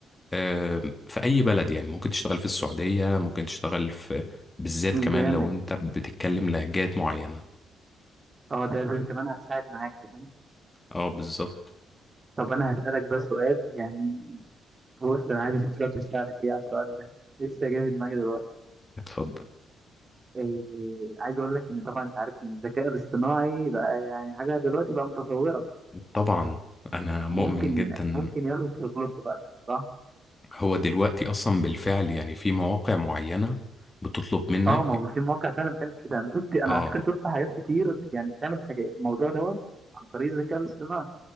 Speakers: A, on the left (about 20°); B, on the right (about 30°).
A: آه، في أي بلد يعني ممكن تشتغل في السعودية ممكن تشتغل في بالذات
B: جامد
A: كمان لو انت بتتكلم لهجات معينة
B: اه ده ده كمان هتساعد معاك كمان
A: اه بالظبط
B: طب انا هسألك بس سؤال يعني بص انا عايز اشوف رد فعلك ايه على السؤال ده لسه جاي في دماغي دلوقتي
A: اتفضل
B: إيه عايز اقول لك ان طبعا انت عارف ان الذكاء الاصطناعي بقى يعني حاجه دلوقتي بقى متطوره
A: طبعا أنا مؤمن
B: ممكن
A: جدا
B: ممكن ياخد شغلته بقى صح
A: هو دلوقتي اصلا بالفعل يعني في مواقع معينة بتطلب منك
B: اه ما هو في مواقع فعلا بتعمل كده انا شفت انا
A: اه
B: على فكره شفت حاجات كتير بت- يعني بتعمل حاجه الموضوع دوت عن طريق الذكاء الاصطناعي